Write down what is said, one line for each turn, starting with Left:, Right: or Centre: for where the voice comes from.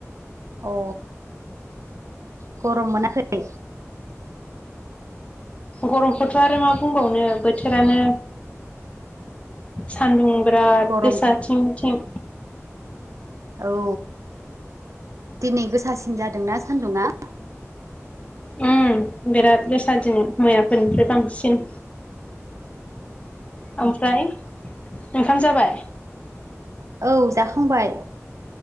Right: अ गरम मोनाखै
Left: गरमखौथ' आरो मा बुंबावनो बोर बोथोरानो सान्दुं बिराद
Right: गरमखा
Left: गोसाथिंथिं
Right: औ दिनै गोसासिन जादोंना सान्दुंङा
Left: उ बिराद गोसा दिनो मैयाफोरनिफ्राय बांसिन ओमफ्राय ओंखाम जाबाय
Right: औ जाखांबाय